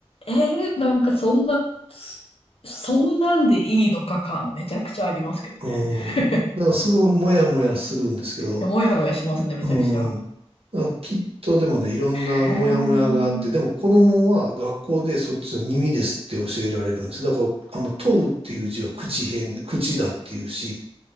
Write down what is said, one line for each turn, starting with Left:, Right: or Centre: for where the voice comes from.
Left: あ。ええなんかそんな、そんなんでいいのか感めちゃくちゃありますけどね。
Right: う
Left: <laughs> い
Right: ん。だからすごいもやもやするんですけど、
Left: や、もやもやしますね、めちゃくちゃ。
Right: うん。あ、きっとでもね、いろんなモヤモヤがあって、
Left: へー
Right: でも子供は学校でそっちの耳ですって教えられるんです。だから、あの、問うっていう字は口偏、口だっていうし、